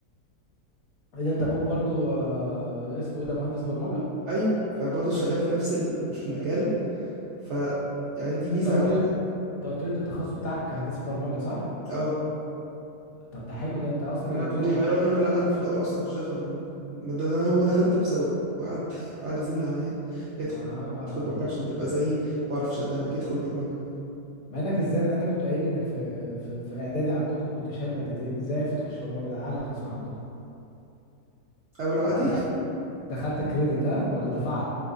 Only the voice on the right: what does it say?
ايوه فبرضه شغال في نفس ال- <laughs> المجال ف يعني دي ميزة
عندي
اه
انا
كنت حيران
انا لا انا في الاول اصلا كنتش داخل برمجه ده, ده, ده هو دخلت بسببه وقعد <laughs> قعد يزن عليا ادخل
ادخل برمجه عشان تبقى زيي واعرف اشغلك ادخل برمجه
او العادي